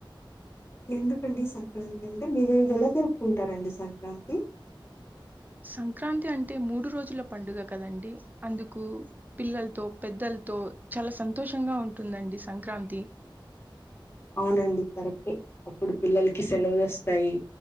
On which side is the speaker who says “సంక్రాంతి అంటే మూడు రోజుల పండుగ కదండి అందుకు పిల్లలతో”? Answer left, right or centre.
Right